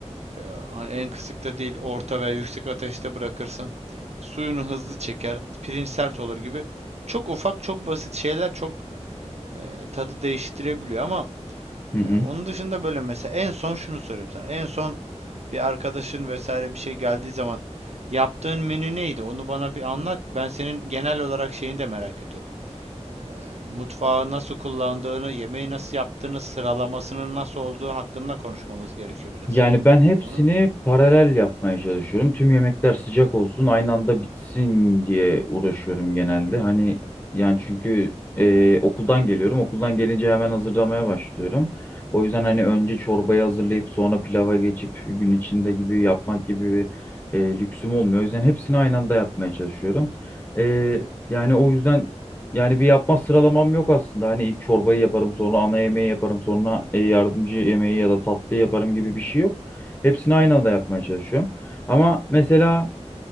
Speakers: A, on the right; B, on the left.
A: Eee, hani en kısıkta değil, orta veya yüksek ateşte bırakırsın. Suyunu hızlı çeker, pirinç sert olur gibi. Çok ufak, çok basit şeyler çok eee, tadı değiştirebiliyor ama
B: Hı hı.
A: eee, onun dışında böyle mesela en son şunu soruyorum sana. En son bir arkadaşın vesaire bir şey geldiği zaman yaptığın menü neydi? Onu bana bir anlat. Ben senin genel olarak şeyini de merak ediyorum. Eee, mutfağı nasıl kullandığını, yemeği nasıl yaptığını, sıralamasının nasıl olduğu hakkında konuşmamız gerekiyor biraz.
B: Yani ben hepsini
A: Anladın mı?
B: paralel yapmaya çalışıyorum. Tüm yemekler sıcak olsun aynı anda bitsin diye uğraşıyorum genelde. Hani yani çünkü e, okuldan geliyorum. Okuldan gelince hemen hazırlamaya başlıyorum. O yüzden hani önce çorbayı hazırlayıp sonra pilava geçip gün içinde gibi yapmak gibi bir e, lüksüm olmuyor. O yüzden hepsini aynı anda yapmaya çalışıyorum. E, yani o yüzden Yani bir yapma sıralamam yok aslında. Hani ilk çorbayı yaparım, sonra ana yemeği yaparım, sonra e, yardımcı yemeği ya da tatlı yaparım gibi bir şey yok. Hepsini aynı anda yapmaya çalışıyorum. Ama mesela